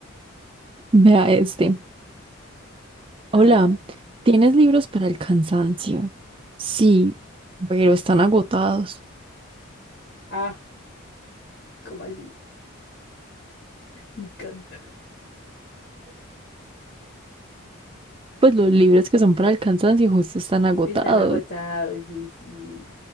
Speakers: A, on the right; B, on the left.
A: Vea este.
B: <laughs>
A: Hola,
B: A ver, a ver.
A: ¿tienes libros para el cansancio? Sí, pero están agotados.
B: Ah, ¿cómo así? Me encanta.
A: Pues los libros que son para el cansancio justo están agotados.
B: Están agotados, sí, sí.